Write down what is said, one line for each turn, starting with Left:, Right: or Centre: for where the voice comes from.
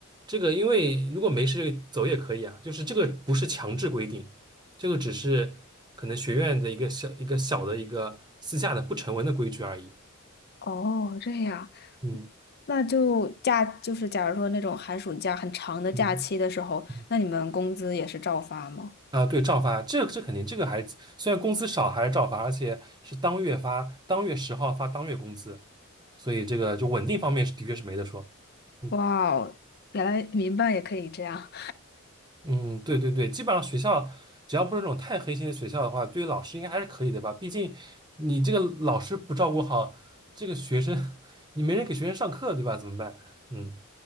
Right: 这个，因为如果没事就走也可以啊，就是这个不是强制规定，这个只是可能学院的一个小一个小的一个私下的不成文的规矩而已。
Left: 哦，这样，
Right: 嗯
Left: 那就假就是假如说那种寒暑假很长的假期的时候，
Right: 嗯嗯
Left: 那你们工资也是照发吗？
Right: 啊，对，照发，这个这肯定，这个还虽然工资少，还是照发，而且是当月发，当月十号发当月工资，所以这个就稳定方面是的确是没得说。嗯
Left: 哇哦，原来民办也可以这样。
Right: 嗯，对对对，基本上学校只要不是那种太黑心的学校的话，对于老师应该还是可以的吧？毕竟你这个老师不照顾好这个学生，<laughs> 你没人给学生上课，对吧？怎么办？嗯。